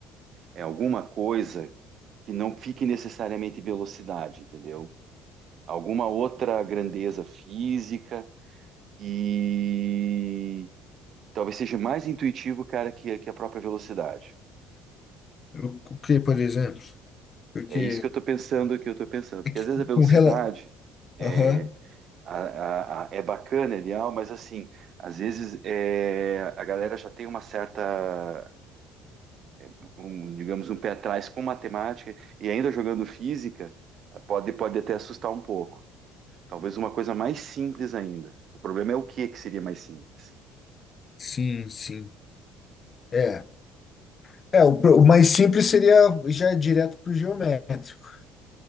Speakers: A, on the right (about 55°); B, on the left (about 40°).
A: é, alguma coisa que não fique necessariamente em velocidade, entendeu? Alguma outra grandeza física, que, que talvez seja mais intuitivo, cara, que, que a própria velocidade.
B: O o que, por exemplo? Porque
A: É isso que eu estou pensando, que eu estou pensando, porque
B: é que
A: às vezes
B: com,
A: a velocidade
B: com rela...
A: é,
B: Aham,
A: a- a- a- é bacana, é ideal, mas assim, às vezes é, a galera já tem uma certa, é, um, digamos, um pé atrás com matemática e ainda jogando física, pode, pode até assustar um pouco. Talvez uma coisa mais simples ainda. O problema é o que que seria mais simples.
B: sim, sim. É. É, o, pro- o mais simples seria já direto para o geométrico.